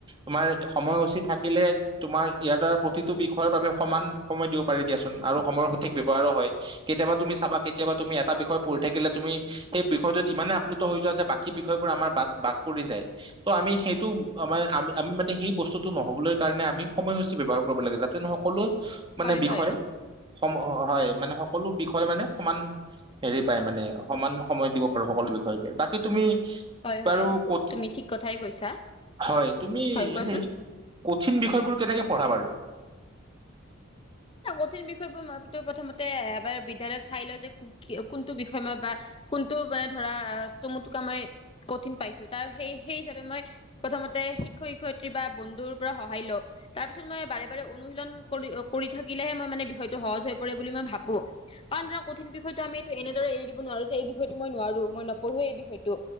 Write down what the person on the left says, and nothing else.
হয়
হয়
হয়,
হয়
তুমি ঠিক কথাই কৈছা।
হয়, কোৱাচোন?
এ কঠিন বিষয় বোৰ মইতো প্ৰথমতে এবাৰ বিদ্যালয়ত চাই লওঁ যে- কোনটো বিষয়ে মই বা কোনটো মানে ধৰা চমু টোকা মই- কঠিন পাইছো। তাৰ সেই সেই হিচাপে মই- প্ৰথমতে শিক্ষক শিক্ষয়িত্ৰী বা বন্ধুৰ পৰা সহায় লওঁ। তাৰ পিছত মই বাৰে বাৰে অনুশীলন কৰি কৰি থাকিলেহে মই মানে বিষয়টো সহজ হৈ পৰে বুলি মই ভাবোঁ। কাৰণ ধৰা কঠিন বিষয়টো আমি এইটো এনেদৰে এৰি দিব নোৱাৰোঁ যে এই বিষয়টো মই নোৱাৰোঁ, মই নপঢ়োয়ে এই বিষয়টো।